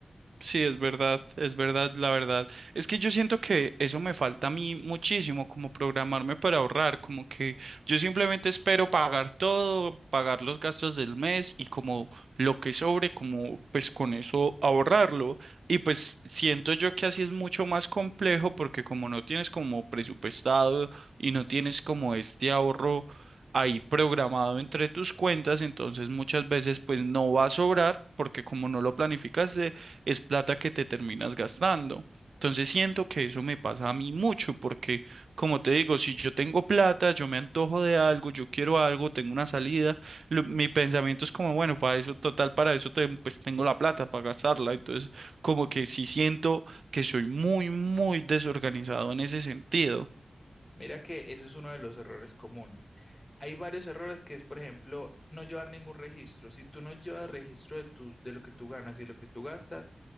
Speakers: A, on the right; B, on the left.
A: Sí, es verdad, es verdad, la verdad. Es que yo siento que eso me falta a mí muchísimo, como programarme para ahorrar, como que yo simplemente espero pagar todo, pagar los gastos del mes y como lo que sobre, como pues con eso ahorrarlo. Y pues siento yo que así es mucho más complejo porque como no tienes como presupuestado y no tienes como este ahorro ahí programado entre tus cuentas, entonces muchas veces pues no va a sobrar porque como no lo planificas es plata que te terminas gastando. Entonces siento que eso me pasa a mí mucho porque, como te digo, si yo tengo plata, yo me antojo de algo, yo quiero algo, tengo una salida, lo- mi pensamiento es como, bueno, para eso, total, para eso ten- pues tengo la plata para gastarla. Entonces, como que sí siento que soy muy, muy desorganizado en ese sentido.
B: Mira que eso es uno de los errores comunes. Hay varios errores que es, por ejemplo, no llevar ningún registro. Si tú no llevas registro de, tus, de lo que tú ganas y lo que tú gastas,